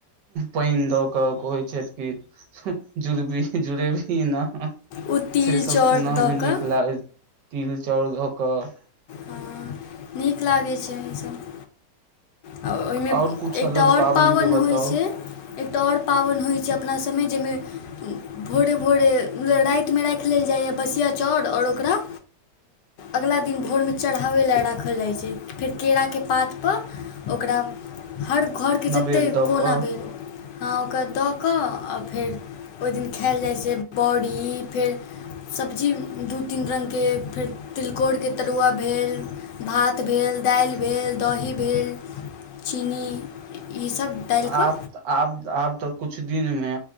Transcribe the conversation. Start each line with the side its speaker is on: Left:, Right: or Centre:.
Right: पानि दऽ कऽ क कहै छथि कि जुड़बी जुड़ेबी न।
Left: ओ तिल
Right: से सब सुना
Left: दऽ
Right: में नीक
Left: कऽ
Right: लाग ती चाउर धो कऽ
Left: हँ नीक लागै छै इसभ। आ ओहिमे
Right: और कुछ अलग
Left: एकटा और
Right: पाबनि
Left: पाबन
Right: के बताउ
Left: होइ छैय। एकटा और पाबैन होइत छैय अपनासभमे जहिमे भोरे भोरे रातिमे राखि लेल जाइए बसिया चाउर और ओकरा अगलाा दिन भोर मे चढ़ावै ला रा खल जाइ छैय फेर केराके पातपर ओकरा हर घरके
Right: नवेद
Left: जतेक
Right: दऽ
Left: कोना
Right: कऽ
Left: भेल हँ ओकरा दऽ कऽ आ फेर ओहि दिन खायएल जाइ छैय बड़ी फेर सब्जी दू तीन रंग के फेर तिलकोर के तरुआ भेल। भात भेल, दाइल भेल, दही भेल, चीनी ईसभ डालि कऽ
Right: आब आब आब तऽ कुछ दिनमे